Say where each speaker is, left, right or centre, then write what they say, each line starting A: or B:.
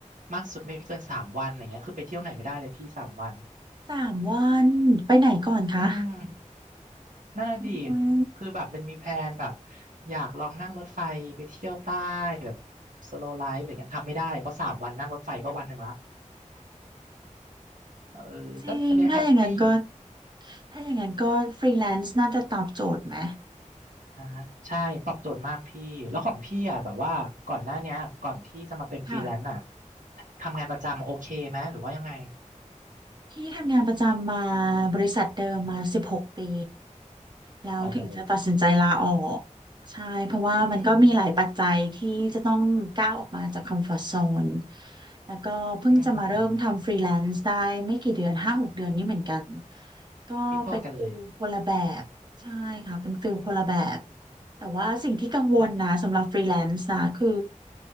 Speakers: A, on the right (about 85°); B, on the right (about 35°).
A: มากสุดไม่เกินสามวันอย่างเงี้ยคือไปเที่ยวไหนไม่ได้เลยพี่สามวัน
B: สามวันไปไหนก่อนคะ
A: อืมนั่นน่ะดี
B: โอ้ย
A: คือแบบมันมีแพลนแบบอยากลองนั่งรถไฟไปเที่ยวใต้แบบสโลไลฟ์อะไรเงี้ยทำไม่ได้เพราะสามวันนั่งรถไฟก็วันหนึ่งละเออก็ตอนเนี้ยแฮปปี้
B: จริงถ้าอย่างนั้นก็ถ้าอย่างนั้นก็ฟรีแลนซ์น่าจะตอบโจทย์ไหม
A: อ่าใช่ตอบโจทย์มากพี่แล้วของพี่อ่ะแบบว่าก่อนหน้าเนี้ยก่อนที่จะมาเป็นฟรีแลนซ์อ่ะ
B: ค่ะ
A: ทำงานประจำโอเคไหมหรือว่ายังไง
B: พี่ทำงานประจำมาบริษัทเดิมมาสิบหกปีแล้วถึงจะตัดสินใจลาออก
A: โอ้โห
B: ใช่เพราะว่ามันก็มีหลายปัจจัยที่จะต้องก้าวออกมาจากคอมฟอร์
A: อืม
B: z โซนแล้วก็เพิ่งจะมาเริ่มทำฟรีแลนซ์ได้ไม่กี่เดือนห้าหกเดือนนี้เหมือนกัน
A: อืม
B: ก็เป็นฟิลคนละแบบ
A: พี่พอกันเลย
B: ใช่ค่ะเป็นฟิลคนละแบบ
A: อืม
B: แต่ว่าสิ่งที่กังวลนะสำหรับฟรีแลนซ์นะคือ
A: แล้ว